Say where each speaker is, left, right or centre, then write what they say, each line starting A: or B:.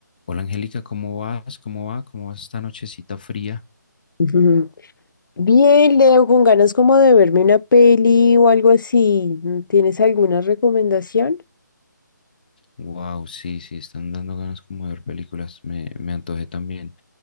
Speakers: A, on the left; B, on the left.
A: Hola Angélica, ¿cómo vas? ¿Cómo va? ¿Cómo vas esta nochecita fría?
B: Ujú. Bien, Leo, con ganas como de verme una peli o algo así. Mm, ¿Tienes alguna recomendación?
A: Wow, sí, sí, están dando ganas como de ver películas. Me, me antojé también.